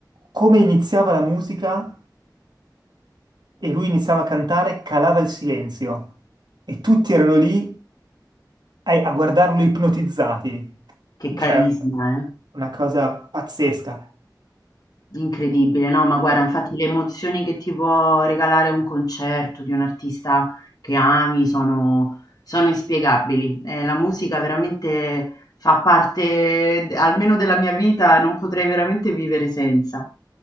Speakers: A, on the right; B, on the left.
A: Come iniziava la musica e lui iniziava a cantare, calava il silenzio e tutti erano lì ai- a guardarlo ipnotizzati.
B: che carisma,
A: Cioè,
B: eh?
A: una cosa pazzesca.
B: Incredibile, no, ma guarda,
A: Eh,
B: infatti le emozioni che ti può regalare un concerto di un artista che ami sono sono inspiegabili. Eh, la musica veramente fa parte d almeno della mia vita, non potrei veramente vivere senza.